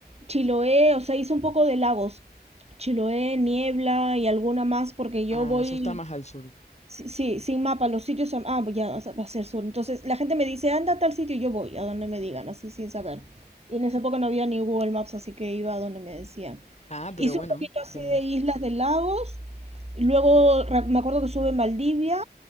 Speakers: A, on the right; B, on the left.
A: Chiloé, o sea, hice un poco de lagos. Chiloé, Niebla y alguna más, porque yo
B: Ah,
A: voy,
B: eso está más al sur.
A: sí, sí, sin mapa, los sitios, a- ah, ya o sea, va a ser sur. Entonces la gente me dice, anda a tal sitio, y yo voy, a donde me digan, así sin saber. Y en esa época no había ni Google Maps, así que iba a donde me decían.
B: Ah, pero
A: Hice
B: bueno,
A: un poquito así
B: genial.
A: de Islas de Lagos, y luego ra- me acuerdo que estuve en Valdivia